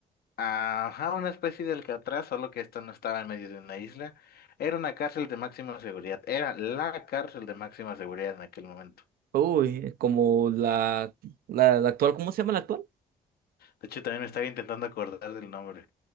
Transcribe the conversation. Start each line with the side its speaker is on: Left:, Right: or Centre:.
Left: ajá, una especie de Alcatraz, solo que esta no estaba en medio de una isla. Era una cárcel de máxima seguridad, era la cárcel de máxima seguridad en aquel momento.
Right: Uy, como la, la, la actual, ¿cómo se llama la actual?
Left: De hecho, también me estaba intentando acordar del nombre.